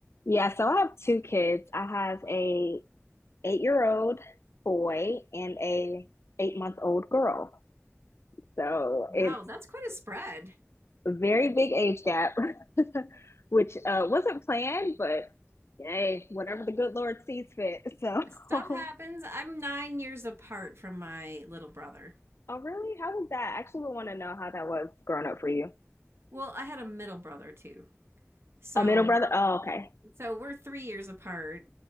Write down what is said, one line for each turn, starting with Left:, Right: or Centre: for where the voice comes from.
Left: Yeah, so I have two kids. I have a eight-year-old boy and a eight-month-old girl. So
Right: Wow,
Left: it's
Right: that's quite a spread.
Left: a very big age gap, <laughs> which uh, wasn't planned, but hey, whatever the good Lord sees fit. So,
Right: Stuff
Left: <laughs> oh
Right: happens. I'm nine years apart from my little brother.
Left: really? How was that? I actually would want to know how that was growing up for you.
Right: Well, I had a middle brother too. So,
Left: A middle brother? Oh, okay.
Right: so we're three years apart.